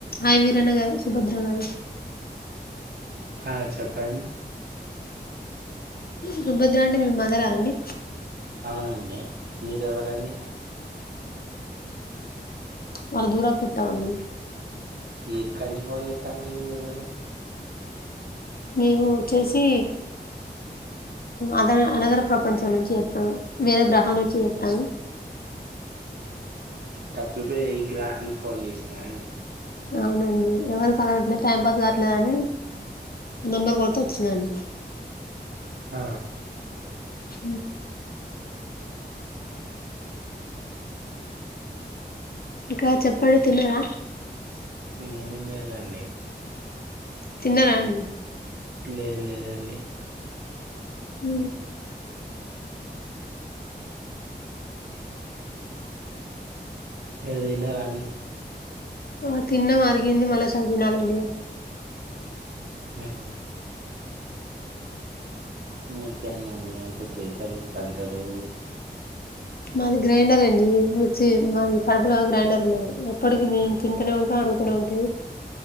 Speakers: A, on the left (about 60°); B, on the right (about 60°).
A: హయవీరన్న గ సుభద్ర గారు
B: ఆ చెప్పండి
A: సుభద్ర అంటే మీ మదర అండి
B: అవునండి మీర ఎవరండి
A: మళ్ళ దూరకు చుట్టామండి
B: ఎక్కడి నుంచి ఫోన్ చేస్తాంండి మీరు మరి
A: మేము వచ్చేసి అద అనగర ప్రపంచం నుంచి వస్తాను వేరే గ్రహాల నుంచి వస్తాను
B: తప్పిపో ఈ గ్రహానికి ఫోన్ చేసుకున్నాండి
A: అవునండి ఎవరి క అలవట్లేదు టైం పాస్ కావట్లేదుని నెంబర్ కొత వచ్చిందండి
B: ఆ
A: హ ఇంకా చెప్పండి తినరా
B: ఏం లేదండి
A: తిన్నారాండి మీరు
B: లేదు లేదండి
A: ఉ
B: ఏదిన్న రాని
A: ఆ తిన్న అరిగింది మళ్ళా చదిదినాలండి
B: ఆ మీకేనాండి ఏమంచి తింటారు పంటారు
A: మాది గ్రైండర్ అండి మిక్సీ మాది కడుపులో గ్రైండర్ ఉన్నది ఎప్పటికి తింటూనే ఉంట ఉంటా